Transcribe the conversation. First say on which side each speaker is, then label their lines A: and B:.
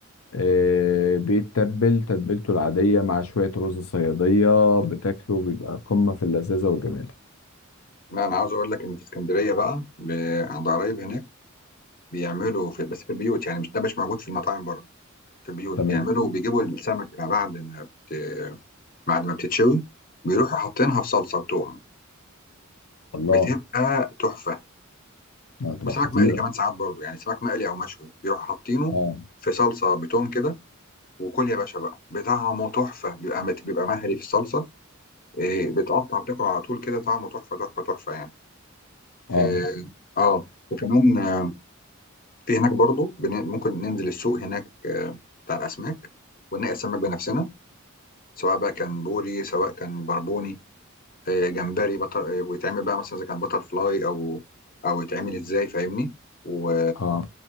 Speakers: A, on the left; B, on the left.
A: آه، بيتبل تتبيلته العادية مع شوية رز صيادية بتاكله بيبقى قمة في اللذاذة والجمال
B: لا انا عاوز اقول لك ان في اسكندريه بقى ب- عند قرايب هناك بيعملوا في بس في البيوت يعني مش ده مش موجود في المطاعم بره في البيوت
A: تمام
B: بيعملوا بيجيبوا السمكه بعد ما بت... بعد ما بتتشوي بيروحوا حاطينها في صلصه وتوم
A: الله
B: بتبقى تحفه
A: لا، هتبقى
B: وسمك
A: خطيرة
B: مقلي كمان ساعات برضو يعني سمك مقلي او مشوي بيروح حاطينه
A: اه
B: في صلصه بتوم كده وكل يا باشا بقى بطعمه تحفه بيبقى مت... بيبقى مهري في الصلصه إيه بتقطع وتاكل على طول كده طعمه تحفه تحفه تحفه يعني
A: اه
B: إيه اه وكمان آه، في هناك برضو بن... ممكن ننزل السوق هناك آه، بتاع الاسماك ونلاقي السمك بنفسنا سواء بقى كان بوري سواء كان بربوني آه، جمبري بطل آه، ويتعمل بقى مثلا اذا كان بطل فلاي او او يتعمل ازاي فاهمني و...
A: اه